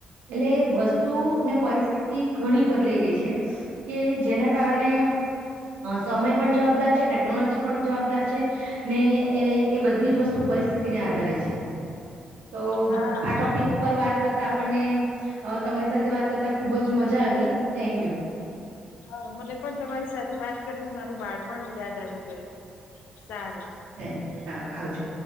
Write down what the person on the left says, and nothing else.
હા
હા મને પણ તમારી સાથે વાત કરીને મારું બાળ પણ યાદ આવી ગયું સારું